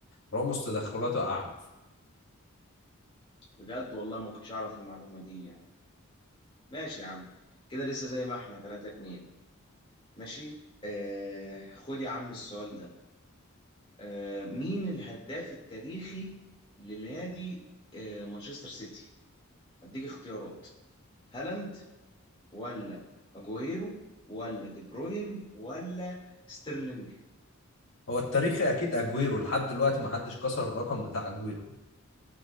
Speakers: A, on the left; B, on the left.
A: راموس تدخلاته أعنف
B: بجد والله ما كنتش اعرف المعلومة دي يعني ماشي يا عم كده لسه زي ما احنا 3 2 ماشي آه خد يا عم السؤال ده آه مين الهداف التاريخي لنادي آه مانشستر سيتي هديك اختيارات هالاند ولا اجويرو ولا دي بروين ولا ستيرلينج
A: هو التاريخي أكيد أجويرو لحد دلوقتي ما حدش كسر الرقم بتاع أجويرو